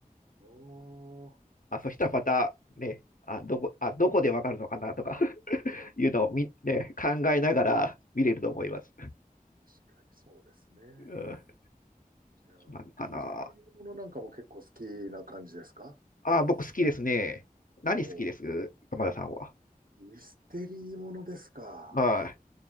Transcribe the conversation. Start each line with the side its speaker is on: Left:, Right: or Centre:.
Right: おー、
Left: あ、あ、そしたらまたね、あ、どこ、あ、どこでわかるのかなとか <laughs> いうのをみ、ね、考えながら見れると思います。
Right: 確かにそうですね。
Left: うん、
Right: じゃあ、
Left: 何かな。
Right: ミステリーものなんかも結構好きな感じですか
Left: あ、僕好きですね。何好きです山田さんは。
Right: おー、ミステリーものですか。
Left: はい。